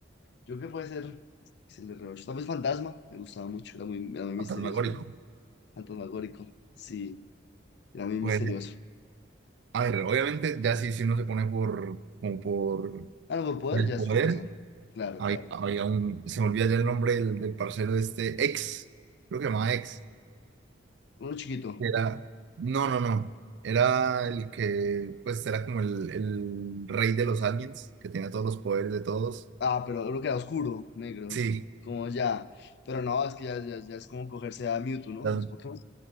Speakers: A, on the left; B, on the right.
A: yo creo que puede ser XLR8. Tal vez Fantasma, me gustaba mucho, era muy, era muy misterioso,
B: Fantasmagórico.
A: ¿no? Fantasmagórico, sí, era muy
B: Pues,
A: misterioso.
B: a ver, obviamente, ya sí, si uno se pone por, como por,
A: Ah, no, por poder
B: por el
A: ya es
B: poder,
A: otra cosa. Claro,
B: hay,
A: claro.
B: había un, se me olvida ya el nombre del, del parcero de este, ex, creo que se llamaba ex,
A: Uno chiquito,
B: que era, no, no, no, era el que, pues, era como el, el rey de los aliens, que tenía todos los poderes de todos
A: Ah, pero lo que era oscuro, negro.
B: Sí,
A: Como ya. Pero no, es que ya, ya, ya es como cogerse a Mewtwo, ¿no?
B: las-
A: En los Pokémon.